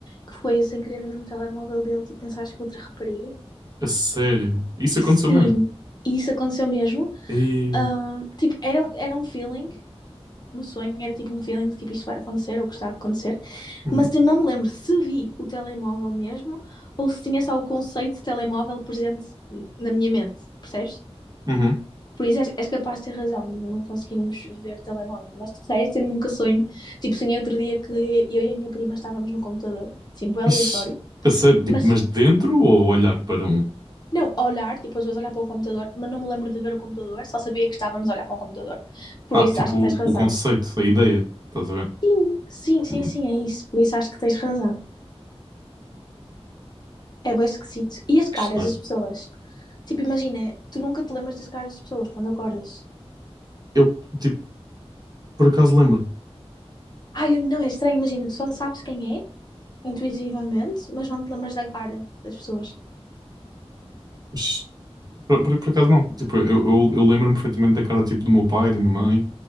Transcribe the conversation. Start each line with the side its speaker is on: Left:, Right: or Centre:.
Left: que foi eu sem querer ver no telemóvel dele, tipo, pensaste que outra rapariga.
Right: A sério. Isso aconteceu
Left: Sim,
Right: mesmo.
Left: e isso aconteceu mesmo.
Right: E...
Left: Ahn, tipo, era, era um feeling no sonho, era tipo um feeling de tipo isto vai acontecer ou que está a acontecer,
Right: Uhum.
Left: mas eu não me lembro se vi o telemóvel mesmo ou se tinha só o conceito de telemóvel presente na minha mente, percebes?
Right: Uhum.
Left: Por isso és, és capaz de ter razão de não conseguirmos ver telemóvel, mas de resto eu nunca sonho. Tipo, sonhei outro dia que eu e a minha prima estávamos no computador, assim, bem aleatório,
Right: Ixi, a sério, tipo,
Left: mas.
Right: mas de dentro ou olhar para um?
Left: Não, olhar, tipo, às vezes olhar para o computador, mas não me lembro de ver o computador, só sabia que estávamos a olhar para um computador. Por
Right: Ah,
Left: isso,
Right: tipo,
Left: acho que tens razão.
Right: o conceito, a ideia, estás a ver?
Left: Sim, sim, sim,
Right: Hum,
Left: sim, é isso. Por isso acho que tens razão. É bem esquisito. E as
Right: que
Left: caras
Right: estranho.
Left: das pessoas? Tipo, imagina, tu nunca te lembras das caras das pessoas quando acordas.
Right: Eu, tipo, por acaso lembro.
Left: Ai, eu- não, é estranho, imagina, tu só sabes quem é, intuitivamente, mas não te lembras da cara das pessoas.
Right: Mas, Por, por, por acaso não. Tipo, eu, eu, eu lembro-me perfeitamente da cara, tipo, do meu pai, da minha mãe.